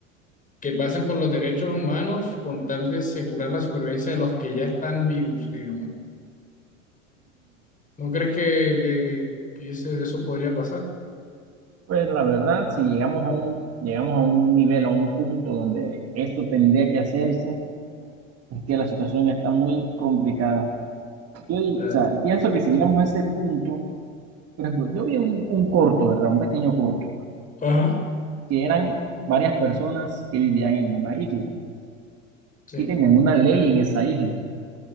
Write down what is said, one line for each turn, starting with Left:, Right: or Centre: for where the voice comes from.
Left: que pasen por los derechos humanos con tal de asegurar la supervivencia de los que ya están vivos, digamos. ¿No crees que, que, que eso, eso podría pasar? O
Right: Pues la verdad, si llegamos a un, llegamos a un nivel, a un punto donde esto tendría que hacerse, es que la situación está muy complicada. Yo, di-
Left: sea,
Right: o sea, pienso que si llegamos a ese punto, por ejemplo, yo vi un, un corto, ¿verdad? Un pequeño corto,
Left: Ajá.
Right: que eran varias personas que vivían en una isla
Left: Sí,
Right: y tenían una ley en esa isla.